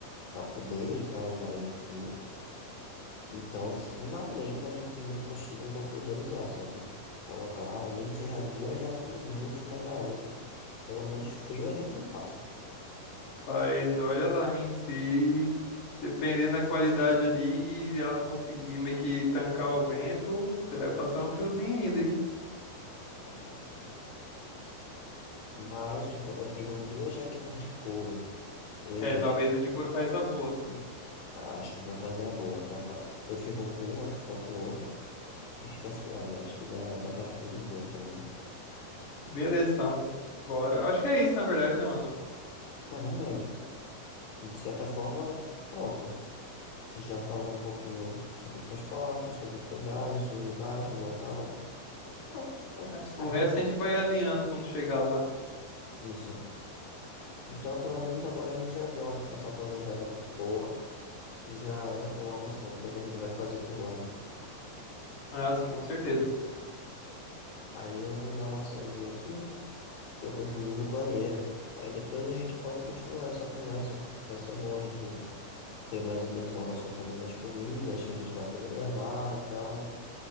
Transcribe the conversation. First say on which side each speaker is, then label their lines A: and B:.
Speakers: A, on the left; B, on the left.
A: pra poder ir pra lugares de frio. Então, finalmente, a gente indo pro Chile, eu vou poder usar, sabe? Colocar, nem que seja duas jaquetas, uma em cima da outra. Pelo menos frio a gente não passa.
B: Mas olha lá, hein? Se dependendo da qualidade ali, ela não conseguir meio que tancar o vento, você vai passar um friozinho ainda, hein?
A: É, né, tipo, Mas, tipo, eu tenho duas jaquetas de couro, legítimo.
B: É, talvez a de couro faz a boa, assim.
A: Acho que vai fazer a boa. Dá pra... Eu fico com uma, tu fica com outra, e fica suave. Acho que dá, dá pra ficar de boa, tá ligado?
B: Beleza, então. Bora. Acho que é isso, na verdade, né, mano?
A: É verdade. De certa forma, pronto. Você já falou um pouquinho sobre o transporte, sobre hospedagem, sobre os bairros, local. É, tá tudo
B: É,
A: certo.
B: O resto a gente vai alinhando quando chegar lá.
A: Isso. Então, pelo menos agora a gente já deu uma- essa planejada boa e já, já tem uma noção do que é que a gente vai fazer por lá, né?
B: Ah, sim, com certeza.
A: Aí eu vou dar uma saidinha aqui, porque eu preciso ir no banheiro. Aí depois a gente pode continuar essa conversa. Vai ser bom a gente ter mais ou menos uma noção também das comidas que a gente vai poder levar e tal.